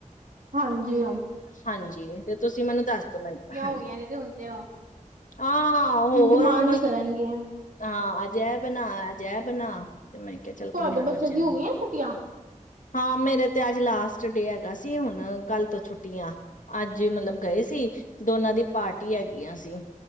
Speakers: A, on the right (about 85°); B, on the left (about 70°).
A: ਹਾਂਜੀ ਹਾ
B: ਹਾਂਜੀ, ਤੇ ਤੁਸੀਂ ਮੈਨੂੰ ਦੱਸ ਦੇਨਾ ਮੈਨੂੰ ਹਾਂਜੀ।
A: ਹੋ ਗਈਆਂ ਨੇ ਤੇ ਹੁਣ ਤੇ ਓ
B: ਆਉ ਹੋਰ
A: ਡਿਮਾਂਡ
B: ਬਸ
A: ਹੀ ਕਰਨਗੇ
B: ਹਾਂ। ਅਜੱ ਏ ਬਣਾ, ਅਜੱ ਏ ਬਣਾ ਤੇ ਮੈਂ ਕਿਹਾ ਚੱਲ
A: ਤੁਹਾਡੇ
B: ਕੋਈ ਨੀ ਮੈਂ
A: ਬੱਚੇ
B: ਬੱਚਿਆਂ
A: ਦੀ
B: ਨੂੰ,
A: ਹੋ ਗਈਆਂ ਛੁੱਟੀਆਂ
B: ਹਾਂ ਮੇਰੇ ਤੇ ਅੱਜ ਲਾਸਟ ਡੇ ਅਸੀ, ਹੁਣ ਕੱਲ ਤੋਂ ਛੁੱਟੀਆਂ ਅੱਜ ਮਤਲਬ ਗਏ ਸੀ। ਦੋਨਾਂ ਦੀ ਪਾਰਟੀ ਹੈਗੀਆਂ ਸੀਆ।